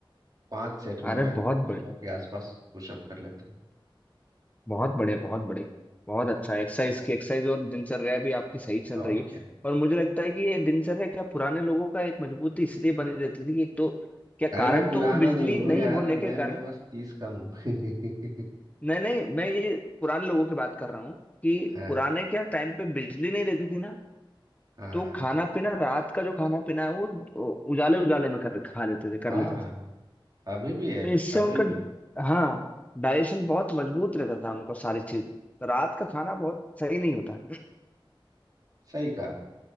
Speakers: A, on the right (about 45°); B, on the left (about 15°).
A: पांच सेट में
B: अरे
A: मैं
B: बहुत बढ़िया
A: सौ के आसपास पुशअप कर लेता हूँ
B: बहुत बढ़िया बहुत बढ़िया बहुत अच्छा एक्सरसाइज की एक्सरसाइज और दिनचर्या भी आपकी सही चल
A: और
B: रही है
A: क्या
B: और मुझे लगता है कि ये दिनचर्या क्या पुराने लोगों का एक मजबूती इसलिए बनी रहती थी कि एक तो क्या
A: अरे
B: कारण
A: मैं पुराना
B: तो वो बिजली
A: नहीं हूँ
B: नहीं
A: यार
B: होने
A: मैं
B: के कारण
A: मैं बस तीस का हूँ <laughs>
B: नहीं नहीं मैं ये पुराने लोगों की बात कर रहा हूँ कि
A: हाँ
B: पुराने क्या टाइम पे बिजली नहीं रहती थी ना
A: हाँ
B: तो खाना पीना रात का जो खाना पीना है वो उजाले उजाले में कर खा लेते थे कर
A: हाँ
B: लेते
A: हाँ
B: थे
A: हाँ, अभी भी है
B: तो इससे
A: अभी
B: उनका
A: भी
B: हाँ डाइजेशन बहुत मजबूत रहता था उनका सारी चीजें तो रात का खाना बहुत सही नहीं होता
A: सही कहा